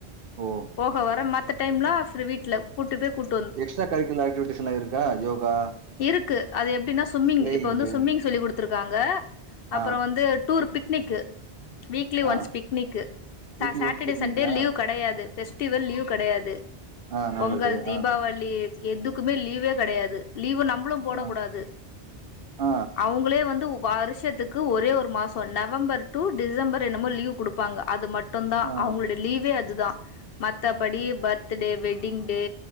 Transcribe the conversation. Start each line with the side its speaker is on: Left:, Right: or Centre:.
Right: ஓ!
Left: போஹ வர மத்த டைம்லா ஃப்ரி வீட்ல கூட்டு போய் குட்
Right: எக்ஸ்ட்ரா கரிக்குலர் ஆக்டிவிட்டிஸ் எல்லா இருக்கா யோகா
Left: இருக்கு அது எப்டின்னா சும்மிங்
Right: பிளேயிங்கு.
Left: இப்ப வந்து சும்மிங் சொல்லி்க்குடுத்துருக்காங்க அப்பறோ
Right: ஆ,
Left: வந்து டூர் பிக்னிக்கு வீக்லி ஒன்ஸ்
Right: ஆ.
Left: பிக்னிக்கு சா
Right: வீக்லி
Left: சாட்டடே
Right: ஒன்ஸ் பிக்னிக்கா?
Left: சண்டே லீவ் கிடையாது ஃபெஸ் திவல் லீவ் கடையாது
Right: ஆ, நல்லது.
Left: பொங்கல் தீபாவளி
Right: ஆ,
Left: எதுக்குமே லீவே கெடையாது லீவு நம்ளும் போடக்
Right: ஆ,
Left: கூடாது
Right: ஆ
Left: அவ்ங்களே வந்துவ் வருஷத்துக்கு ஒரே ஒரு மாசோ நவம்பர் டு டிசம்பர் என்னமோ லீவ் குடுப்பாங்க அது மட் ட்டுன்தா
Right: ஆ,
Left: அவங்க்ளோட லீவே அதுதா மத்தபடி பர்த்டே வெட்டிங் டே